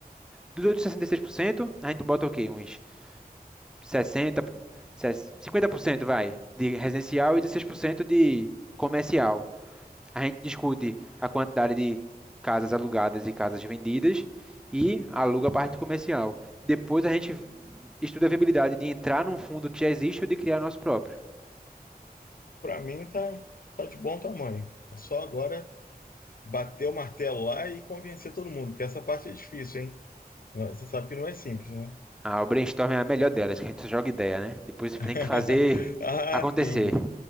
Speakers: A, in the centre; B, on the left (about 65°).
A: Dos outros 66%, a gente bota o quê? Uns 60, 50% vai de residencial e 16% de comercial. A gente discute a quantidade de casas alugadas e casas vendidas e aluga a parte comercial. Depois a gente estuda a viabilidade de entrar num fundo que já existe ou de criar nosso próprio.
B: Para mim tá, tá de bom tamanho. É só agora bater o martelo lá e convencer todo mundo, que essa parte é difícil, hein? Não, Você sabe que não é simples, né?
A: Ah, o brainstorm é a melhor delas, que a gente só joga ideia, né? Depois você
B: <laughs>
A: tem que fazer
B: Ah,
A: acontecer.
B: sim.